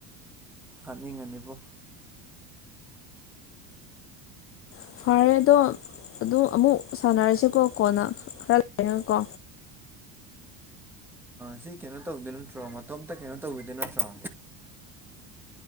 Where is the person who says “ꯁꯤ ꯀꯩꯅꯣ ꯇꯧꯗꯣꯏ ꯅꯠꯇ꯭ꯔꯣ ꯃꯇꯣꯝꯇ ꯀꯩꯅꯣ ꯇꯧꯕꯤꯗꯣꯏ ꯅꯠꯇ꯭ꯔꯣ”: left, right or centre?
Centre